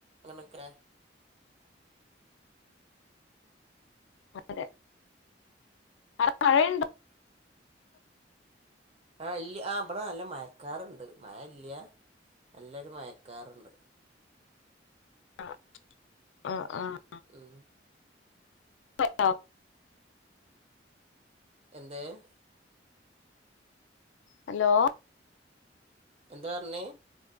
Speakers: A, on the right (about 35°); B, on the left (about 80°).
A: അങ്ങനെത്ര?
B: ആ. അതെ ആടെ മഴയുണ്ട?
A: ആഹ് ഇല്ല്യ ആഹ് ബടെ നല്ല മയക്കാറ്ണ്ട് മയല്ല്യ നല്ലൊരു മയക്കാറ്ണ്ട്.
B: ആ ആ ആഹ്.
A: ഉം
B: <unintelligible>
A: എന്തേഹ്?
B: ഹലോ
A: എന്താർഞ്ഞെ